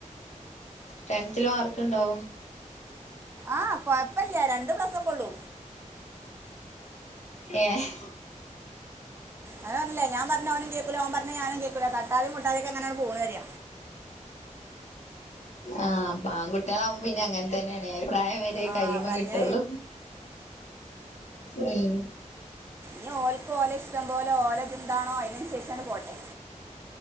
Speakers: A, on the left (about 60°); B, on the right (about 20°).
A: ട്ടെൻത്തില് മാർക്ക്ണ്ടോ
B: ആഹ് കൊയപ്പല്ല്യാ രണ്ട് പ്ലസ്സൊക്കൊ ഒള്ളൂ
A: ഏഹ്
B: അത് പർഞ് ലെ ഞാൻ പർഞ്ഞാ ഓനും കേക്കൂല ഓൻ പർഞ്ഞാ ഞാനും കേക്കൂല തട്ടാതിം മുട്ടാതി ക്കെങ്ങനെങ്ങട് പോണ് പര്യ
A: ആഹ് ആങ്കുട്ടിയളാവും പിന്നെ അങ്ങൻതന്നെണ് ഒരു പ്രായം വെരേ
B: ആ
A: കയ്യ്മേ
B: പറഞ്ഞ
A: കെട്ടോള്ളൂ ഉം
B: ഞ് ഓൽക്ക് ഓലെ ഇഷ്ടം പോലെ ഓലതെന്താണോ അയ്നൻസര്ച്ചങ്ങട്ട് പോട്ടെ